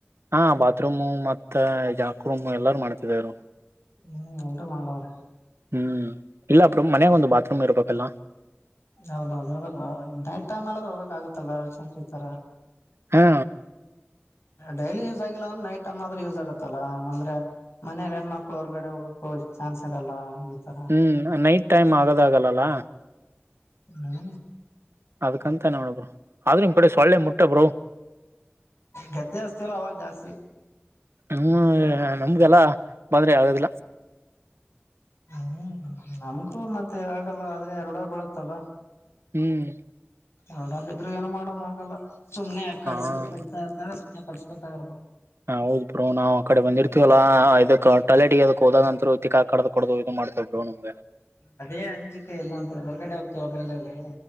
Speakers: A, on the right; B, on the left.
A: ಹಾ ಬಾತ್ರೂಮ್ ಮತ್ತ ಜಾಕ ರೂಮ್ ಎಲ್ಲಾರ ಮಾಡ್ತಿದರು.
B: ಹ್ಮ್ ಎಲ್ರು ಮಾಡವ್ರೆ.
A: ಹ್ಮ್ ಇಲ್ಲ ಬ್ರೋ ಮನೆಗೆ ಒಂದು ಬಾತ್ರೂಮ್ ಇರ್ಬೇಕಲ್ಲ.
B: ಹೌದೌದು ಇರಬೇಕು ಡೇ ಟೈಮಲ್ಲಿ ಹೋಗಕ್ಕಾಗುತ್ತಲ್ಲ ಅರ್ಜೆಂಟ್ ಇತರ.
A: ಹಾ
B: ಡೈಲಿ ಯೂಸ್ ಆಗಿಲ್ಲ ಅಂದ್ ನೈಟ್ ಟಮ್ ಆದ್ರೂ ಯೂಸ್ ಆಗತ್ತಲ್ಲಾ ಅಂದ್ರೆ. ಮನೇಲಿ ಹೆಣ್ಮಕ್ಳು ಹೊರ್ಗಡೆ ಹೋಗಕ ಚಾನ್ಸ್ ಇರಲ್ಲ ಈ ತರ.
A: ಹ್ಮ್ ನೈಟ್ ಟೈಮ್ ಆಗೋದಾಗಲ್ಲಲ್ಲಾ.
B: ಹ್ಮ
A: ಅದಕ್ಕಂತ ನೋಡಬ್ರು ಆದ್ರ ನಿಮ್ ಕಡೆ ಸೊಳ್ಳೆ ಮುಟ್ಟಬ್ರೋ.
B: ಗದ್ದೆ ಅಸ್ತಿಲ್ಲ ಅವಾಗ ಜಾಸ್ತಿ.
A: ಹ್ಮ್ ನಮ್ಗೆಲ್ಲಾ ಬಂದ್ರೆ ಆಗದಿಲ್ಲ.
B: ಹ್ಮ್ ನಮಗೂ ಮತ್ತೆ ಆಗಲ್ಲ ಆದ್ರೆ ರೂಡ ಬಳತ್ತಲ್ಲ.
A: ಹ್ಮ್
B: ರುಡ ಬಿದ್ರೆ ಏನು ಮಾಡೋದ ಆಗಲ್ಲ ಸುಮ್ಮನೆ <unintelligible> ಕಡಸ್ಲು
A: ಹಾ
B: ಕಡಿತಾ ಇರ್ತವೆ ಸುಮ್ಮನೆ ಕಡಿಸ್ಕೊಳ್ತಾ ಇರಬೇಕು.
A: ಹ ಹೌದ್ ಬ್ರೋ ನಾವ್ ಆ ಕಡೆ ಬಂದಿರ್ತೀವಲ್ಲ ಅ ಇದಕ್ ಟಾಯ್ಲೆಟ್ ಗೆ ಅದಕ್ ಹೋದಾಗ ಅಂತೂ ತಿಕ. ಕಡ್ದು ಕಡ್ದು ಇದು ಮಾಡ್ತವ್ ಬ್ರೋ ನಮ್ಗೆ.
B: ಅದೇ ಅಂಜಿಕೆ ಇಲ್ಲಾ ಅಂತ ಹೊರಗಡೆ ಹೋಗ್ತಾರ ಬೈಲಲ್ಲಿ.